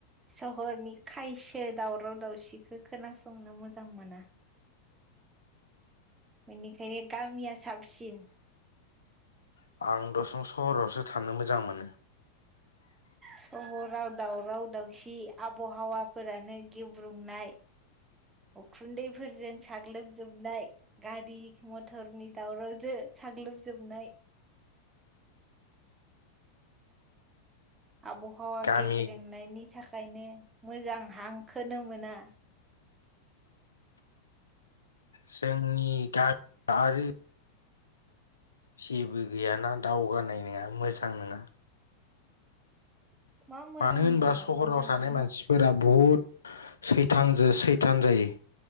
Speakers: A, on the right; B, on the left.
A: सहरनि खायसे बे दावराव दावसिखौ खोनासंनो मोजां मोना मनिख गामया साबसिन
B: आं दसं सहरावसो थानो मोजां मोनो।
A: सहराव दावराव दावसि आबहावाफोरानो गेब्रुंनाय उखुन्दैफोरजों साग्लोबजोबनाय गारि मथरनि दावरावजों साग्लोबजोबनाय। आबहावा
B: गामि
A: गेब्रेंनायनि थाखायनो मोजां थां। खोननो मोना।
B: जोंनि गामि आरो जेबो गैयाना दावगानाय नङा मोजां नङा।
A: मा मोजां
B: मानो होनबा
A: नङा
B: सहराव
A: मोजाङानो
B: थानाय मानसिफोरा बहुत सैथांजों सैथान जायो